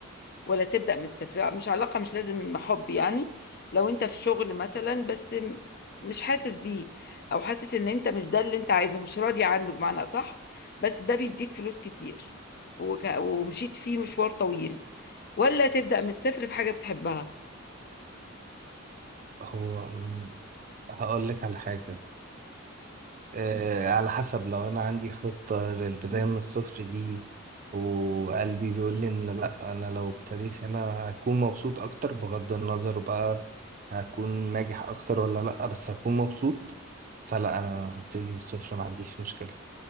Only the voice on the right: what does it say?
هو مم، هقول لك على حاجه آه، على حسب لو انا عندي خطة للبداية من الصفر دي وقلبي بيقول لي ان لا انا لو ابتديت هنا هكون مبسوط اكتر بغض النظر بقى هكون ناجح اكتر ولا لا بس هكون مبسوط فلا انا هبتدي من الصفر ما عنديش مشكلة